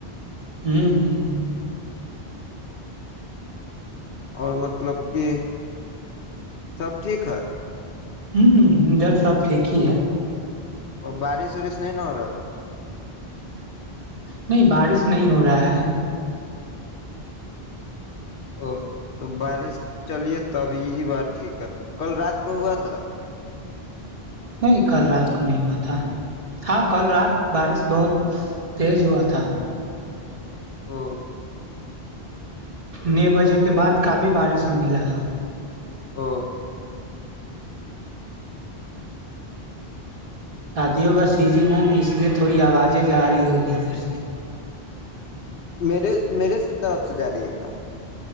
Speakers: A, on the right; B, on the left.
A: ہوں ہوں
B: اور مطلب کہ سب ٹھیک ہے
A: ہوں ڈر صاحب ٹھیک ہی ہے
B: اور بارش وارش نہیں نا ہو رہا ہے
A: نہیں بارش نہیں ہو رہا ہے
B: او تو بارش چلیے تبھی بات ٹھیک ہے کل رات کو ہوا تھا
A: نہیں کل رات کو نہیں ہوا تھا ہاں کل رات بارش بہت تیز ہوا تھا
B: ہ
A: ن بجے کے بعد کافی بارش ہونے لگا
B: ہ
A: شادیوں کا سیزن ہے نا اس لیے تھوڑی آوازیں ج رہی ہوگی ادھر سے
B: میرے میرے طرف سے جا رہی ہے کا